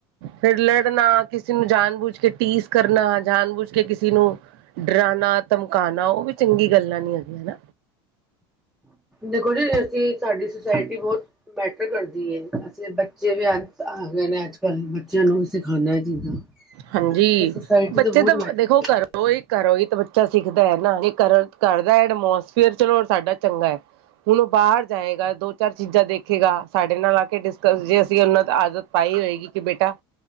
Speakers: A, on the right (about 75°); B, in the centre.
A: ਫਿਰ ਲੜਨਾ ਕਿਸੇ ਨੂੰ ਜਾਨ ਬੂਝ ਕੇ ਟੀਸ ਕਰਨਾ ਜਾਨ ਬੂਝ ਕੇ ਕਿਸੇ ਨੂੰ ਡਰਾਣਾ ਧਮਕਾਉਣਾ ਉਹ ਵੀ ਚੰਗੀ ਗੱਲਾਂ ਨਹੀਂੀ ਹੈਗੀਆਂ ਹਨ।
B: ਦੇਖੋ ਜੀ ਅਸੀਂ ਸਾਡੀ ਸੁਸਾਇਟੀ ਬਹੁਤ ਮੈਟਰ ਕਰਦੀ ਹੈ ਅਸੀਂ ਬੱਚੇ ਵੀ ਅੱਜ ਆ ਗਏ ਨੇ ਅੱਜ ਕੱਲ੍ਹ ਬੱਚਿਆਂ ਨੂੰ ਵੀ ਸਿਖਾਉਦਾ ਇਹ ਚੀਜ਼ਾਂ
A: ਹਾਂਜੀ
B: ਤਾਂ ਸੁਸਾਇਟੀ
A: ਬੱਚੇ
B: ਬਹੁਤ
A: ਤਾਂ
B: ਮੈਟਰ
A: ਦੇਖੋ
B: ਕਰਦੀ
A: ਘਰ
B: ਹੈ
A: ਉਹ ਇਹ ਕਰੋ ਇਹ ਤਾਂ ਬੱਚਾ ਸਿੱਖਦਾ ਹੈ ਨਾ ਇਹ ਕਰ ਕਰਦਾ ਹੈ ਐਡਮੋਸਫੀਅਰ ਚਲੋ ਸਾਡਾ ਚੰਗਾ ਹੈ। ਹੁਣ ਉਹ ਬਾਹਰ ਜਾਏਗਾ ਦੋ ਚਾਰ ਚੀਜ਼ਾਂ ਦੇਖੇਗਾ ਸਾਡੇ ਨਾਲ ਆ ਕੇ ਡਿਸਕਸ ਜੇ ਅਸੀਂ ਉਹਨਾਂ ਦੀ ਆਦਤ ਪਾਈ ਹੋਏਗੀ ਕਿ ਬੇਟਾ